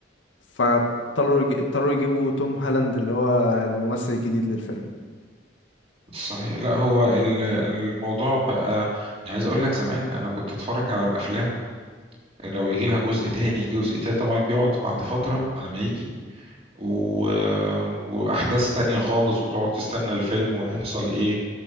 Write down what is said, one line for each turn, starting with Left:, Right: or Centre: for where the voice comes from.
Left: فاضطروا يج- اضطروا يجيبوا توم هالاند اللي هو الممثل الجديد للفيلم
Right: صحيح لا هو ال- الموضوع بقى يعني عايز اقول لك زمان انا كنت اتفرج على الافلام لو يجي لها جزء تاني جزء تاني طبعا بيقعد بعد فترة على ما يجي و... آه، وأحداث تانية خالص وتقعد تستنى الفيلم وهيحصل إيه